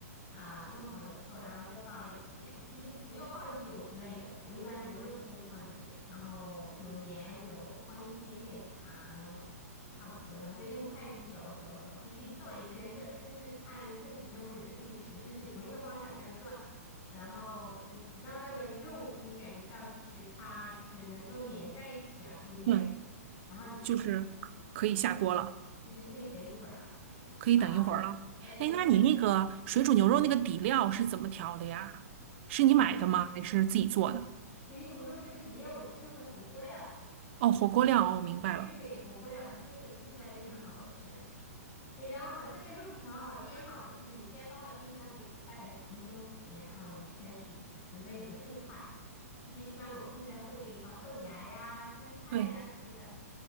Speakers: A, on the left; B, on the right.
A: 啊、弄好了之后，然后再放一点，就是不用放酒之类的，我一般牛肉不会放酒，然后有盐，有放一点点糖，差不多，然后再用筷子搅搅搅，就是转一圈转，就是按顺时针或者逆时针，就是同一个方向这样转。然后你直到那个肉，你感觉到就是它就是能够粘在一起了，有粘，
B: 嗯，
A: 然后你就可以，
B: 就是可可以下锅了，
A: 对，就是可以等一会儿了
B: 可以等一会儿了。
A: 啊。哎，对你
B: 哎，那你那个水煮牛肉那个底料是怎么调的呀？是你买的吗？
A: 水我
B: 还是自己做的？
A: 水水煮肉这个底料我是用的火锅料。
B: 哦，火锅料，哦，明白了。
A: 对对对，火锅料，然后所以说吃起来就很好吃。所以然后把这个肉调好了、腌好了，就是你先放到冰箱里大概几分钟时间，然后你就开始准备你的配菜。就是一般我们配菜会放豆芽呀、生菜呀这些的。
B: 对。